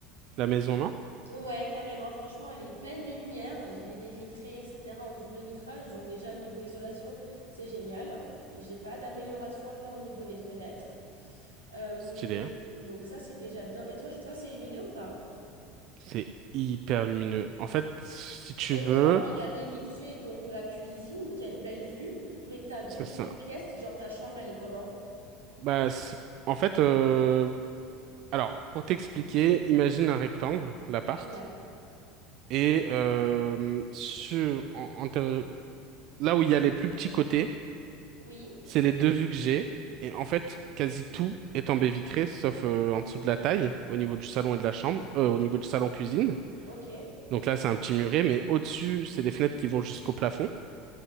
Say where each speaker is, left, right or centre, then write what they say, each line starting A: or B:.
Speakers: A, on the right; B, on the right.
A: la maison, non?
B: Ouais, carrément. Franchement, elle est pleine de lumière. J'ai des baies vitrées, etc. en double vitrage. Donc déjà, niveau isolation, c'est génial. J'ai pas d'amélioration à faire au niveau des fenêtres. Euh,
A: Stylé. hein.
B: donc ça, c'est déjà bien. Et toi, chez toi, c'est illuminé ou pas?
A: C'est hyper lumineux. En fait, si tu
B: Oui,
A: veux,
B: tu m'as parlé de la baie vitrée, donc de la cuisine, qui a une belle vue. Mais t'as d'autres
A: c'est ça.
B: pièces, genre ta chambre, elle est comment?
A: Bah, c'est- en fait, euh, alors, pour t'expliquer, imagine un rectangle, l'appart,
B: Ouais.
A: et euh, sur, en- en te- là où il y a les plus petits côtés,
B: Oui.
A: c'est les deux vues que j'ai, et en fait, quasi tout est en baie vitrée, sauf euh, en dessous de la taille, au niveau du salon et de la chambre, euh, au niveau du salon-cuisine.
B: Ok.
A: Donc là, c'est un petit muret, mais au-dessus, c'est des fenêtres qui vont jusqu'au plafond